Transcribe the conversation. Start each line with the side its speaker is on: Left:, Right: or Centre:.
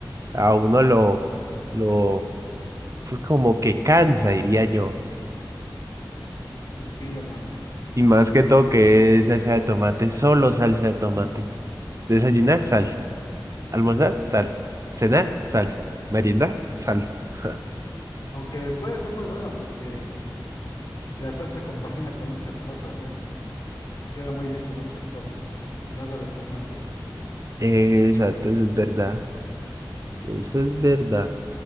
Right: a uno lo, lo, pues, como que cansa, diría yo.
Left: Y sí, hermano.
Right: Y más que todo que es salsa de tomate, solo salsa de tomate. Desayunar, salsa. Almorzar,
Left: <laughs>
Right: salsa. Cenar, salsa. Meriendar, salsa. <laughs>
Left: Aunque puede ser muy bueno porque la salsa compagina con muchas cosas, ¿eh? Queda muy bien con muchas cosas. Y más la de tomate.
Right: Exacto, eso es verdad. Eso es verdad.